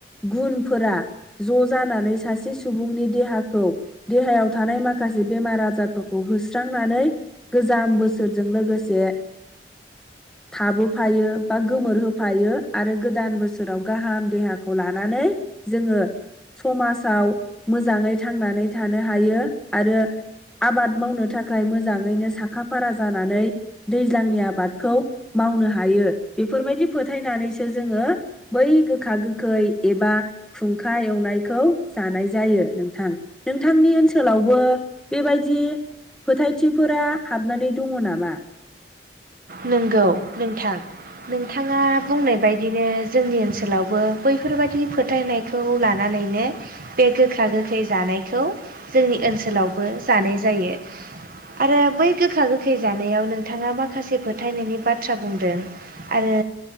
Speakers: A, in the centre; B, on the right.
A: गुनफोरा ज जानानै सासे सुबुंनि देहाखौ देहायाव थानाय माखासे बेमार आजारफोरखौ होस्रांनानै गोजाम बोसोरजों लोगोसे थाबोफायो बा गोमोरहोफायो आरो गोदान बोसोराव गाहाम देहाखौ लानानै जोङो समाजाव मोजाङै थांनानै थानो हायो आरो आबाद मावनो थाखाय मोजाङैनो साखा फारा जानानै दैज्लांनि आबादखौ मावनो हायो बेफोरबायदि फोथायनानैसो जोङो बै गोखा गोखै एबा खुं खुंखा एवनायखौ जानाय जायो नोंथां नोंथांनि ओनसोलावबो बेबायदि फोथायथिफोरा हाबनानै दङ नामा
B: नंगौ नोंथां नोंथाङा बुंनाय बायदिनो जोंनि ओनसोलावबो बैफोरबायाददि फोथायनायखौ लानानैनो बे गोखा गोखै जानायखौ जोंनि ओनसोलावबो जानाय जायो आरो बै गोखा गोखै जानायाव नोंथाङा माखासे फोथायनायनि बाथ्रा बुंदों आरो